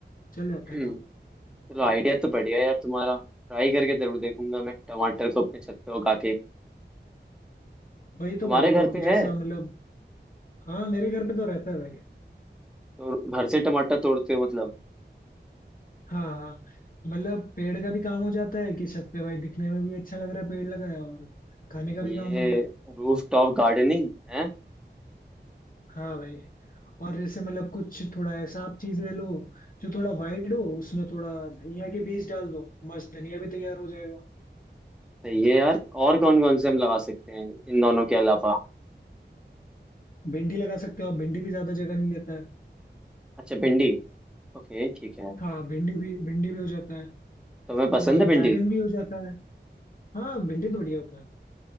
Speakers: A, on the left (about 50°); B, in the centre.
A: चल जाता
B: हम्म,
A: है काम
B: चलो आइडिया तो बढ़िया है यार तुम्हारा ट्राई करके जरूर देखूंगा मैं टमाटर को अपने छत पे उगा के
A: वही तो
B: तुम्हारे
A: भाई
B: घर
A: और
B: पे
A: कुछ ऐसा
B: है
A: मतलब हाँ मेरे घर पे तो रहता है भाई
B: तो घर से टमाटर तोड़ते हो मतलब
A: हाँ हाँ मतलब पेड़ का भी काम हो जाता है कि छत पे भाई दिखने में भी अच्छा लग रहा है पेड़ लगाया और खाने का भी
B: ये
A: काम हो गया
B: रूफ टॉप गार्डनिंग है
A: हाँ भाई और जैसे मतलब कुछ थोड़ा ऐसा आप चीज ले लो जो थोड़ा वाइड हो उसमें थोड़ा धनिया के बीज डाल दो मस्त धनिया भी तैयार हो जाएगा
B: सही है यार और कौन कौन से हम लगा सकते हैं इन दोनों के अलावा
A: भिंडी लगा सकते हो आप भिंडी भी ज्यादा जगह नहीं लेता है
B: अच्छा भिंडी ओके ठीक है
A: हाँ भिंडी भी भिंडी भी हो जाता है
B: तुम्हें पसंद
A: और
B: है भिंडी
A: बैगन भी हो जाता है हाँ भिंडी तो बढ़िया होता है